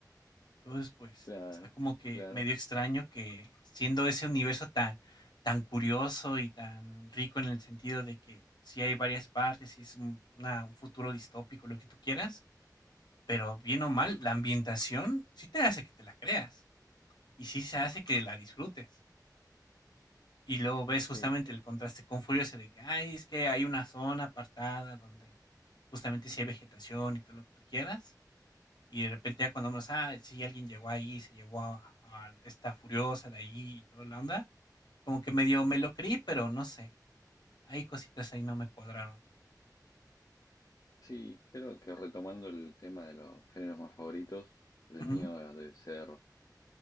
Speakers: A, on the left; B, on the left.
A: Entonces, pues,
B: Claro,
A: está como que
B: claro.
A: medio extraño que siendo ese universo tan, tan curioso y tan rico en el sentido de que sí hay varias partes y es un, una- un futuro distópico, lo que tú quieras, pero bien o mal, la ambientación sí te hace que te la creas y sí se hace que la disfrutes. Y luego ves
B: Sí,
A: justamente el contraste con Furiosa de que, ay, es que hay una zona apartada donde justamente sí hay vegetación y todo lo que tú quieras y de repente ya cuando vemos, ah, sí, alguien llegó ahí, se llevó a, a esta furiosa de ahí y toda la onda, como que medio me lo creí, pero no sé, hay cositas ahí no me cuadraron.
B: sí, creo que retomando el tema de los géneros más favoritos, el
A: Ujú,
B: mío debe ser